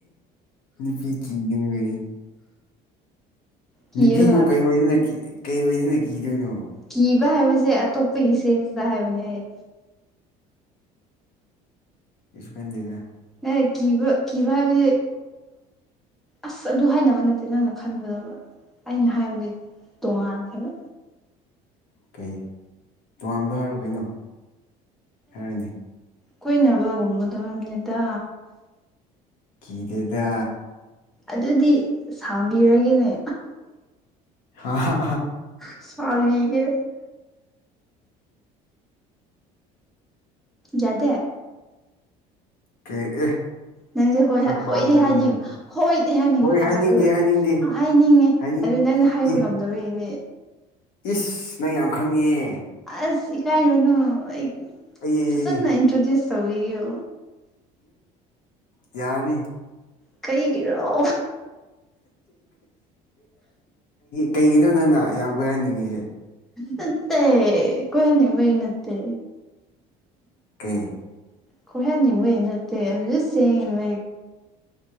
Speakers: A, on the left (about 75°); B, in the centre.
A: ꯅꯨꯄꯤ ꯀꯤꯕꯅꯤꯅꯦ
B: ꯀꯤꯌꯦꯕ
A: ꯅꯨꯄꯤꯕꯨ ꯀꯩ ꯑꯣꯏꯗꯅ ꯀꯩ ꯑꯣꯏꯗꯅ ꯀꯤꯗꯣꯏꯅꯣ
B: ꯀꯤꯕ ꯍꯥꯏꯕꯁꯦ ꯑꯇꯣꯞꯄꯒꯤ ꯁꯦꯟꯁꯇ ꯍꯥꯏꯕꯅꯦ ꯑꯩ
A: ꯀꯩꯁꯨ ꯈꯟꯗꯦꯗ
B: ꯑꯦ ꯀꯤꯕ ꯀꯤꯕ ꯍꯥꯏꯕꯗꯤ ꯑꯁ ꯑꯗꯨ ꯍꯥꯏꯅꯕ ꯅꯠꯇꯦ ꯅꯪꯅ ꯈꯟꯕꯗꯣ ꯑꯩꯅ ꯍꯥꯏꯕꯗꯤ ꯇꯣꯉꯜꯂꯦꯕ
A: ꯀꯩ ꯇꯣꯉꯥꯟꯕꯗꯣ ꯍꯥꯏꯔꯛꯑꯣ ꯀꯩꯅꯣ ꯍꯥꯏꯔꯣꯅꯦ
B: ꯀꯣꯏꯅꯕ ꯒꯨꯝꯕꯗꯣ ꯍꯥꯏꯕꯅꯤꯗ
A: ꯀꯤꯗꯦꯗꯥ
B: ꯑꯗꯨꯗꯤ ꯁꯥꯝꯕꯤꯔꯒꯦꯅꯦ
A: ꯍꯥ ꯍꯥ
B: ꯁꯥꯕꯤꯒꯦ ꯌꯥꯗꯦ
A: ꯀꯦ ꯑꯦ
B: ꯅꯪꯁꯦ ꯍꯣꯏ
A: ꯐꯔꯛ ꯇꯥꯗ꯭ꯔꯣ
B: ꯍꯣꯏꯗꯤ
A: ꯅꯪꯁꯨ
B: ꯍꯥꯏꯅꯤꯡ ꯍꯣꯏꯗꯤ ꯍꯥꯏꯅꯤꯡꯕꯅꯦꯕ
A: ꯍꯣꯏ ꯍꯥꯏꯅꯤꯡꯗꯦ
B: ꯑꯗꯨ
A: ꯍꯥꯏꯅꯤꯡꯗꯦ
B: ꯍꯥꯏꯅꯤꯡꯉꯦ
A: ꯍꯥꯏꯅꯤꯡ
B: ꯑꯗꯨ ꯅꯪꯅ ꯍꯥꯏꯕ
A: ꯏ
B: ꯉꯝꯗꯕꯒꯤꯅꯦ
A: ꯏꯁ ꯅꯪ ꯌꯥꯝ ꯈꯪꯉꯤꯍꯦ
B: ꯑꯁ ꯏꯀꯥꯏꯔꯨꯅꯨ ꯑꯩ
A: ꯑꯩ
B: ꯐꯖꯅ ꯏꯟꯇ꯭ꯔꯣꯗ꯭ꯌꯨꯁ ꯇꯧꯕꯤꯌꯣ
A: ꯌꯥꯔꯅꯤ
B: ꯀꯩꯒꯤꯔꯣ
A: ꯀꯩꯒꯤꯅꯣ ꯅꯪꯅ ꯌꯥꯝ ꯀꯣꯏꯍꯟꯅꯤꯡꯉꯤꯁꯦ
B: ꯠꯇꯦ ꯀꯍꯅꯤꯕꯩ ꯅꯇꯦ
A: ꯀꯦ
B: ꯈꯨꯃꯟ ꯅꯤꯡꯕꯏ ꯅꯇꯦ ꯁꯦꯡ